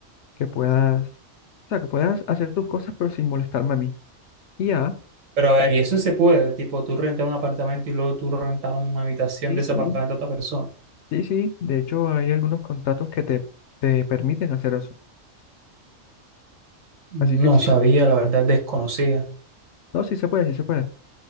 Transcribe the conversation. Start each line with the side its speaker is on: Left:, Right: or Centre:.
Left: que puedas, o sea, que puedas hacer tus cosas pero sin molestarme a mí. Y ya,
Right: Pero a ver, y eso se puede, tipo tú rentar un apartamento y luego tú rentar una habitación
Left: sí,
Right: de
Left: sí,
Right: ese apartamento a otra persona.
Left: sí, sí, de hecho hay algunos contratos que te, te permiten hacer eso.
Right: No
Left: Así que sí,
Right: sabía, la verdad, desconocía.
Left: no, sí se puede, sí se puede.